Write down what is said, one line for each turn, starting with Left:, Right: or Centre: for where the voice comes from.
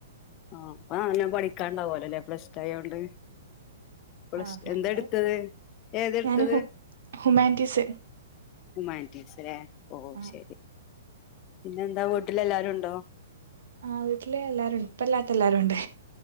Left: ആഹ് അപ്പ നല്ലം പഠിക്ക് ക്കാണ്ടാവോലല്ലേ പ്ലസ്റ്റായോണ്ട് പ്ലസ്
Right: ആഹ്
Left: ട് എന്താ
Right: നല്ല
Left: എടുത്തത് ഏതെടുത്തത്
Right: ഞാന് ഹു ഹുമാനിറ്റീസ്
Left: ഹുമാൻറ്റീസ്ലേ ഓ
Right: ആഹ്
Left: ശരി പിന്നെ എന്താ വീട്ടിലെല്ലാരുണ്ടോ
Right: ആഹ് വീട്ടില് എല്ലാരുണ്ട് ഉപ്പല്ലാത്ത എല്ലാരുണ്ട്